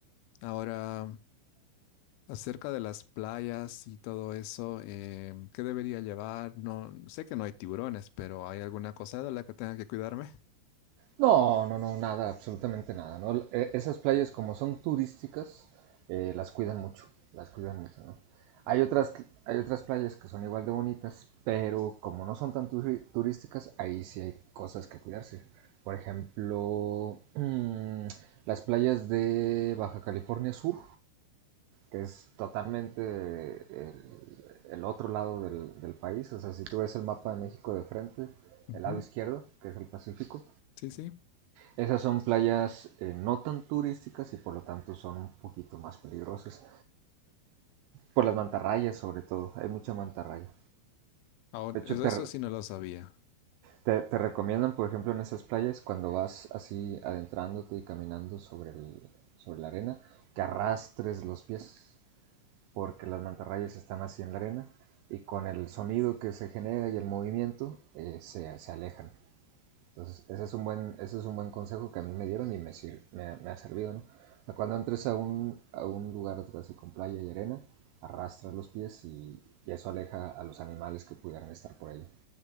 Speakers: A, on the left; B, on the right.
A: Ahora, acerca de las playas y todo eso, eh, ¿qué debería llevar? No, sé que no hay tiburones, pero ¿hay alguna cosa de la que tenga que cuidarme?
B: No, no, no, nada, absolutamente nada, ¿no? E- Esas playas como son turísticas, eh, las cuidan mucho, las cuidan mucho, ¿no? Hay otras, hay otras playas que son igual de bonitas, pero como no son tan turi- turísticas, ahí sí hay cosas que cuidarse. Por ejemplo, <clears throat> mm, las playas de Baja California Sur, que es totalmente el, el otro lado del, del país. O sea, si tú ves el mapa de México de frente,
A: Ujú.
B: el lado izquierdo, que es el Pacífico,
A: Sí, sí.
B: esas son playas eh, no tan turísticas y por lo tanto son un poquito más peligrosas. Por las mantarrayas sobre todo, hay mucha mantarraya.
A: Ahora,
B: De hecho,
A: eso,
B: te,
A: eso sí no lo sabía.
B: te- te recomiendan, por ejemplo, en esas playas, cuando vas así adentrándote y caminando sobre, el- sobre la arena, que arrastres los pies, porque las mantarrayas están así en la arena y con el sonido que se genera y el movimiento eh, se, se alejan. Entonces, ese es un buen, ese es un buen consejo que a mí me dieron y me, sir- me, ha- me ha servido, ¿no? Cuando entres a un, a un lugar así con playa y arena, arrastra los pies y, y eso aleja a los animales que pudieran estar por ahí.